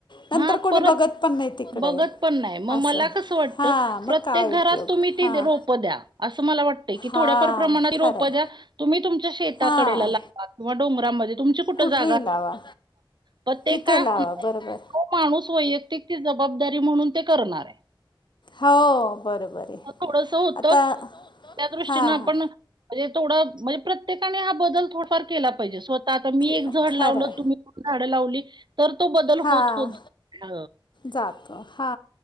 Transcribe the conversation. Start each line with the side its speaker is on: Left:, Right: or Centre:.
Left: नंतर
Right: हा
Left: कोणी
Right: परत
Left: बघत पण नाही तिकडे
Right: बघत पण नाय, मग
Left: असं
Right: मला कसं वाटत
Left: हां मग
Right: प्रत्येक
Left: काय उपयोग
Right: घरात तुम्ही ती
Left: हां
Right: रोप द्या. असं मला वाटतंय की
Left: हां
Right: थोड्याफार प्रमाणात ती रोप
Left: खरं आहे
Right: द्या, तुम्ही तुमच्या शेताकडेला
Left: हां
Right: लाव लावा किंवा डोंगरामध्ये तुमची कुठं
Left: कुठेही
Right: जागा,
Left: लावा
Right: बर ते
Left: तिथे
Right: का?
Left: लावा बरोबर
Right: तो माणूस वैयक्तिक ती जबाबदारी म्हणून ते करणार हाय.
Left: हो बरोबर आहे
Right: मग थोडंसं होतं,
Left: आता
Right: त्या दृष्टीनं
Left: हा.
Right: आपण म्हणजे थोडं, म्हणजे प्रत्येकाने हा बदल थोडाफार केला पाहिजे स्वतःता आता मी एक
Left: स्वतःनी
Right: झाड लावलं
Left: पण
Right: तुम्ही झाडं लावली. तर तो बदल.
Left: हां.
Right: होत होत अ,
Left: जातो हा,